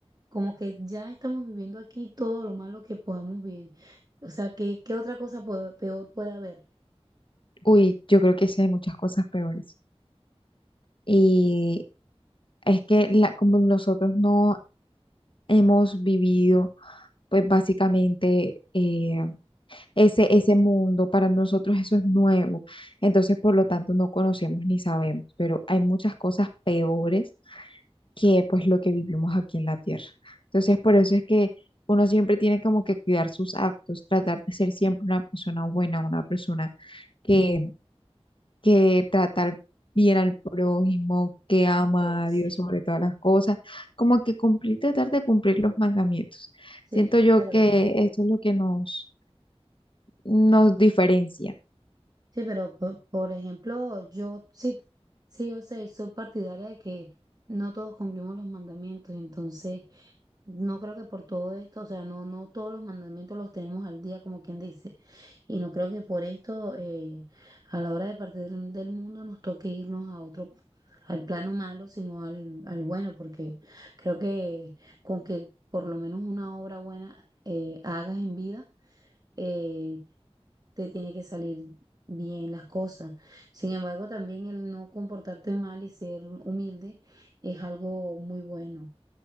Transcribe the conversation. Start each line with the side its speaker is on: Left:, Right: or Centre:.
Right: como que ya estamos viviendo aquí todo lo malo que podamos vivir. O sea, ¿qué, qué otra cosa puede- peor puede haber?
Left: Uy, yo creo que sí hay muchas cosas peores. Y es que la, como nosotros no hemos vivido, pues básicamente... eh, ese, ese mundo, para nosotros eso es nuevo. Entonces, por lo tanto, no conocemos ni sabemos, pero hay muchas cosas peores que pues lo que vivimos aquí en la Tierra. Entonces, por eso es que uno siempre tiene como que cuidar sus actos, tratar de ser siempre una persona buena, una persona que, que tratar bien al prójimo, que ama
Right: Sí, sí.
Left: a Dios sobre todas las cosas, como que cumplir, tratar de cumplir los mandamientos.
Right: Sí,
Left: Siento yo
Right: pero
Left: que eso es lo que nos, nos diferencia.
Right: Sí, pero po- por, ejemplo, yo sí, sí, o sea, soy partidaria de que no todos cumplimos los mandamientos, entonces no creo que por todo esto, o sea, no, no todos los mandamientos los tenemos al día, como quien dice, y no creo que por esto eh, a la hora de partir del mundo nos toque irnos a otro, al plano malo, sino al, al bueno, porque creo que con que por lo menos una obra buena eh, hagas en vida. eh, te tiene que salir bien las cosas. Sin embargo, también el no comportarte mal y ser humilde es algo muy bueno.